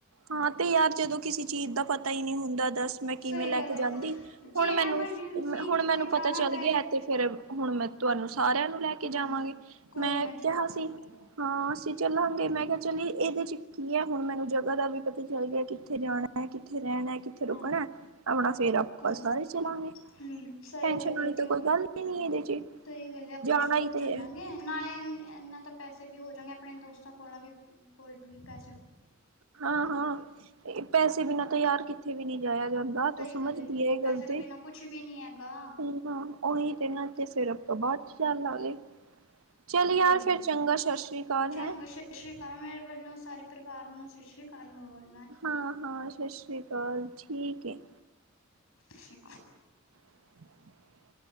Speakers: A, on the right (about 75°); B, on the left (about 70°).
A: ਹਾਂ, ਤੇ ਯਾਰ ਜਦੋਂ ਕਿਸੇ ਚੀਜ਼ ਦਾ ਪਤਾ ਹੀ ਨਹੀਂ ਹੁੰਦਾ, ਦੱਸ ਮੈਂ ਕਿਵੇਂ
B: ਸਹੀ
A: ਲੈ
B: ਗੱਲ
A: ਕੇ
B: ਹੈ
A: ਜਾਂਦੀ,
B: ਜੇ
A: ਹੁਣ
B: ਐਮਰਜੈਂਸੀ
A: ਮੈਨੂੰ- ਹੁਣ
B: ਕਿਤੇ
A: ਮੈਨੂੰ
B: ਜਾਣਾ
A: ਪਤਾ ਚੱਲ
B: ਪੈ
A: ਗਿਆ
B: ਜੇ
A: ਤੇ ਫੇਰ ਹੁਣ ਮੈਂ ਤੁਹਾਨੂੰ ਸਾਰਿਆਂ ਨੂੰ ਲੈ ਕੇ
B: ਹਾਂ
A: ਜਾਵਾਂਗੀ,
B: ਕੋਈ
A: ਮੈਂ
B: ਨਾ ਜ਼ਰੂਰ
A: ਕਿਹਾ
B: ਚੱਲਾਂਗੇ
A: ਸੀ।
B: ਆਪਾਂ
A: ਹਾਂ ਅਸੀਂ ਚੱਲਾਂਗੇ, ਮੈਂ ਕਿਹਾ ਚੱਲ ਇਹਦੇ ਚ ਕੀ ਐ, ਹੁਣ ਮੈਨੂੰ ਜ ਜਗ੍ਹਾ ਦਾ ਵੀ ਪਤਾ ਚੱਲ ਗਿਆ, ਕਿੱਥੇ ਜਾਣਾ, ਕਿੱਥੇ ਰਹਿਣਾ, ਕਿਥ ਕਿੱਥੇ ਰੁਕਣਾ,
B: ਹਾਂ ਹਾਂ
A: ਆਪਣਾ ਫੇਰ ਆਪਾਂ
B: ਕੋਈ
A: ਸਾਰੇ ਚਲਾਂਗੇ,
B: ਹਮ ਸਹੀ
A: ਟੈਸ਼ਨ
B: ਗੱਲ
A: ਆਲੀ
B: ਹੈ ਕਿਉਂ
A: ਤੇ ਕੋਈ ਗੱਲ ਈ ਨਹੀਂ ਇਹਦੇ 'ਚ
B: ਸਹੀ ਗੱਲ ਏ, ਆਪਾਂ
A: ਜਾਣਾ
B: ਜ਼ਰੂਰ
A: ਹੀ ਤੇ
B: ਚੱਲਾਂਗੇ।
A: ਹੈ
B: ਨਾਲੇ, ਇਹਨਾਂ ਤਾਂ ਪੈਸੇ ਵੀ ਹੋ ਜਾਗੇ, ਆਪਣੇ ਦੋਸਤਾਂ ਕੋਲ ਵੀ ਕੋਲ ਵੀ ਪੈੇ
A: ਹਾਂ-ਹਾਂ, ਪੈਸੇ ਬਿਨਾਂ ਤਾਂ ਯਾਰ ਕਿੱਥੇ ਵੀ ਨਹੀਂ ਜਾਇਆ ਜਾਂਦਾ। ਨਾ,
B: ਸਹੀ
A: ਤੂੰ ਸਮਝਦੀ
B: ਗੱਲ
A: ਏ ਇਹ
B: ਪੈਸੇ
A: ਗੱਲ
B: ਤੋਂ
A: ਤੇ,
B: ਬਿਨਾਂ ਕੁਛ ਵੀ ਨੀ ਹੈਗਾ
A: ਹੂੰ ਹਾਂ ਉਹੀ ਤੇ, ਨਾਂ ਤੇ ਫੇਰ ਆਪਾਂ ਬਾਅਦ ਚ ਚਲਾਲਾਂਗੇ। ਚੱਲ ਯਾਰ
B: ਕੋਈ
A: ਫਿਰ
B: ਨੀ
A: ਚੰਗਾ, ਸਤਿ ਸ੍ਰੀ ਅਕਾਲ
B: ਚੰਗਾ
A: ਹੈ।
B: ਸਤਿ ਸ੍ਰੀ ਅਕਾਲ ਮੇਰੇ ਵੱਲੋਂ ਸਾਰੇ ਪਰਿਵਾਰ ਨੂੰ ਸਤਿ ਸ਼੍ਰੀ ਅਕਾਲ ਬੋਲ
A: ਹਾਂ-ਹਾਂ, ਸਾਸਰੀ ਅਕਾਲ, ਠੀਕ ਏ।
B: <unintelligible>
A: <inaudible>